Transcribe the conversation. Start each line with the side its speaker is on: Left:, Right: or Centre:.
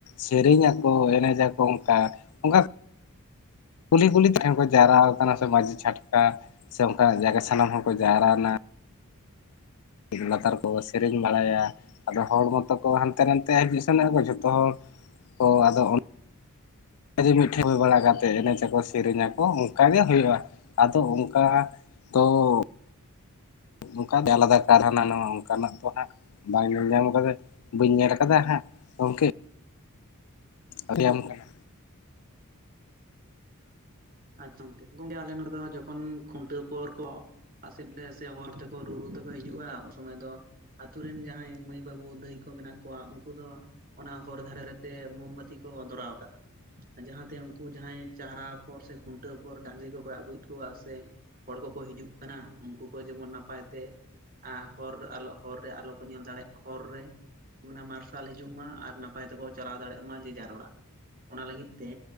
Left: ᱥᱮᱨᱮᱧ ᱟᱠᱚ ᱮᱱᱮᱡᱟ ᱠᱚ ᱚᱝᱠᱟ ᱚᱱᱠᱟ ᱠᱩᱞᱦᱤ ᱠᱩᱞᱦᱤ ᱛᱮᱦᱚᱸ ᱠᱚ ᱡᱟᱣᱨᱟᱣ ᱠᱟᱱᱟ ᱥᱮ ᱢᱟᱹᱡᱷᱤ ᱪᱷᱟᱴᱠᱟ ᱾ ᱥᱮ ᱚᱱᱠᱟ ᱱᱟᱜ ᱡᱟᱭᱜᱟ ᱥᱟᱱᱟᱢ ᱦᱚᱲ ᱠᱚ ᱡᱟᱣᱨᱟ ᱱᱟ ᱾ ᱞᱟᱛᱟᱨ ᱠᱚ ᱥᱮᱨᱮᱧ ᱵᱟᱲᱟᱭᱟ ᱾ ᱟᱫᱚ ᱦᱚᱲ ᱢᱚᱛᱚ ᱠᱚ ᱦᱟᱱᱛᱮ ᱱᱷᱟᱛᱮ ᱦᱤᱡᱩᱜ ᱥᱮᱱᱚᱜ ᱟᱠᱚ ᱡᱷᱚᱛᱚ ᱦᱚᱲ ᱠᱚ ᱟᱫᱚ ᱚᱱ ᱠᱟ ᱡᱮ ᱢᱤᱜ ᱴᱷᱮᱜ ᱦᱳᱭ ᱵᱟᱲᱟ ᱠᱟᱛᱮᱜ ᱮᱱᱮᱡᱟᱠᱚ ᱥᱮᱨᱮᱧ ᱟᱠᱚ ᱚᱱᱠᱟ ᱜᱮ ᱦᱩᱭᱩᱜ-ᱟ ᱟᱫᱚ ᱚᱝᱠᱟ ᱛᱚ ᱚᱝᱠᱟ ᱟᱞᱟᱫᱟ ᱠᱟᱨ ᱦᱟᱱᱟ ᱱᱷᱟᱣᱟ ᱚᱱᱠᱟ ᱱᱟᱜ ᱠᱚ ᱦᱟᱸᱜ ᱾ ᱵᱟᱝ ᱧᱮᱞ ᱧᱟᱢ ᱠᱟᱹᱫᱟᱹᱧ ᱵᱟᱹᱧ ᱧᱮᱞ ᱠᱟᱫᱟ ᱦᱟᱸᱜ ᱜᱚᱝᱠᱮ ᱾ ᱟᱨ ᱞᱟᱹᱭᱟᱢ ᱠᱟ ᱦᱟᱸᱜ ᱾
Right: ᱟᱪᱪᱷᱟ ᱜᱚᱝᱠᱮ ᱜᱚᱝᱠᱮ ᱟᱞᱮ ᱱᱚᱰᱮ ᱫᱚ ᱡᱚᱠᱷᱚᱱ ᱠᱷᱩᱱᱴᱟᱹᱣ ᱯᱚᱨ ᱠᱚᱼᱼ ᱯᱟᱥᱮᱫ ᱮ ᱥᱮ ᱦᱚᱲ ᱛᱮᱠᱚ ᱨᱩ ᱨᱩ ᱛᱮᱠᱚ ᱦᱤᱡᱩᱜ-ᱟ ᱩᱱ ᱥᱚᱢᱚᱭ ᱫᱚ ᱟᱹᱛᱩ ᱨᱤᱱ ᱡᱟᱦᱟᱸᱭ ᱢᱟᱹᱭ ᱵᱟᱹᱵᱩ ᱫᱟᱹᱭ ᱠᱚ ᱢᱮᱱᱟᱜ ᱠᱚᱣᱟ ᱩᱱᱠᱩ ᱫᱚ ᱚᱱᱟ ᱦᱚᱨ ᱫᱷᱟᱨᱮ ᱨᱮ ᱛᱮ ᱠᱚ ᱢᱚᱢ ᱵᱟᱹᱛᱤ ᱠᱚ ᱫᱷᱨᱟᱣ ᱠᱟᱜ-ᱟ ᱡᱟᱦᱟᱸ ᱛᱮ ᱩᱱᱠᱩ ᱡᱟᱦᱟᱸᱭ ᱪᱟᱦᱨᱟᱣ ᱯᱚᱨ ᱥᱮ ᱠᱷᱩᱱᱴᱟᱹᱣ ᱯᱚᱨ ᱰᱟᱺᱝᱨᱤ ᱠᱚᱠᱚ ᱟᱜᱩᱭᱮᱫ ᱠᱚᱣᱟ ᱥᱮ ᱦᱚᱲ ᱠᱚᱠᱚ ᱦᱤᱡᱩᱜ ᱠᱟᱱᱟ ᱩᱱᱠᱩ ᱠᱚ ᱡᱮᱢᱚᱱ ᱱᱟᱯᱟᱭ ᱛᱮ ᱟ ᱦᱚᱨ ᱟᱞᱚ ᱦᱚᱨ ᱨᱮ ᱟᱞᱚ ᱠᱚ ᱧᱮᱞ ᱫᱟᱲᱮᱜ ᱦᱚᱨ ᱨᱮ ᱢᱟᱱᱮ ᱢᱟᱨᱥᱟᱞ ᱦᱤᱡᱩᱜ ᱢᱟ ᱟᱨ ᱱᱟᱯᱟᱭ ᱛᱮᱠᱚ ᱪᱟᱞᱟᱣ ᱫᱟᱲᱮᱜ ᱢᱟ ᱡᱮ ᱡᱟᱨ ᱚᱲᱟᱜ ᱾ ᱚᱱᱟ ᱞᱟᱹᱜᱤᱫ ᱛᱮ